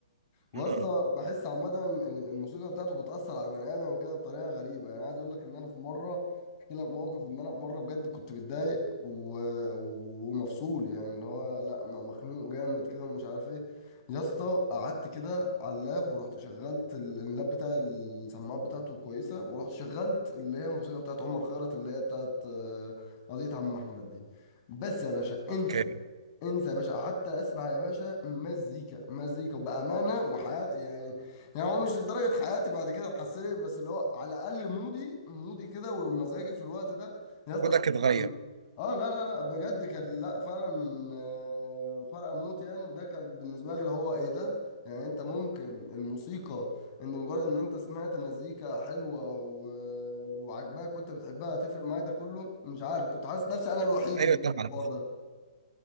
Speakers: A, on the left (about 40°); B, on the right (about 70°).
A: وأصلا
B: امم
A: بحس عامه ال- الموسيقى بتاعته بتاثر على البني ادم وكده بطريقه غريبه يعني عايز اقول لك ان انا في مره احكي لك موقف ان انا في مره بجد كنت متضايق و... ومفصول يعني اللي هو لا مخنوق جامد كده ومش عارف ايه يا اسطى قعدت كده على اللاب ورحت شغلت ال- اللاب بتاع السماعات بتاعته كويسة ورحت شغلت اللي هي الموسيقى بتاعت عمر خيرت اللي هي بتاعت آه، قضية عم أحمد دي بس يا باشا انسى
B: اوكي
A: انسى يا باشا حتى اسمع يا باشا مزيكا مزيكا وبامانه وحياتي يعني يعني هو مش لدرجه حياتي بعد كده اتحسنت بس اللي هو على الاقل مودي مودي كده ومزاجي في الوقت ده يا اسطى
B: مودك
A: اتحسن
B: اتغير
A: اه لا لا لا بجد كان لا فعلا آه، فرق موت يعني وده كان بالنسبه لي اللي هو ايه ده يعني انت ممكن الموسيقى ان مجرد ان انت سمعت مزيكا حلوه و... وعجباك وانت بتحبها تفرق معاك ده كله مش عارف كنت حاسس نفسي انا الوحيد
B: ايوه
A: اللي
B: طبعا
A: في الحوار ده